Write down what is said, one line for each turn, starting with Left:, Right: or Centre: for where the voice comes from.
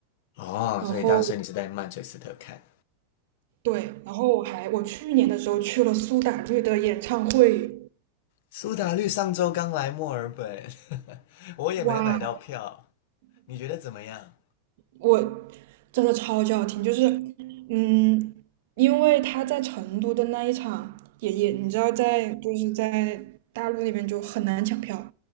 Left: 哦，
Right: 然后
Left: 所以当时你是在曼彻斯特看。嗯
Right: 对，然后我还我去年的时候去了苏打绿的演唱会，
Left: 苏打绿上周刚来墨尔本，<laughs> 我也没买到票，
Right: 哇，
Left: 你觉得怎么样？
Right: 我真的超级好听，就是嗯，因为他在成都的那一场也也，你知道在就是在大陆那边就很难抢票，